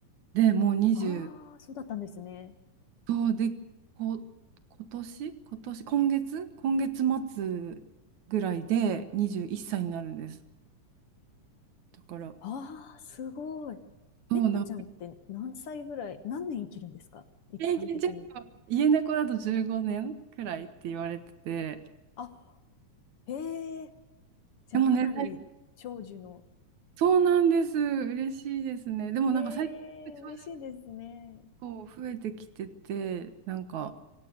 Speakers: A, on the right; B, on the left.
A: で、もう20、
B: ああ、そうだったんですね。
A: そうで、こ、今年今年今月今月末ぐらいで21歳になるんです。だから、
B: ああ、すごい。
A: そうな、
B: 猫ちゃんって何歳ぐらい、何年生きるんですか一般的に。
A: 平均寿命、家猫だと15年くらいって言われてて、
B: あ、へえ、じゃあかなり長寿の。
A: でもね、最近そうなんです。嬉しいですね。でもなんか最近、
B: ええ、
A: 長女
B: 嬉しいですね。
A: こう増えてきてて、なんか、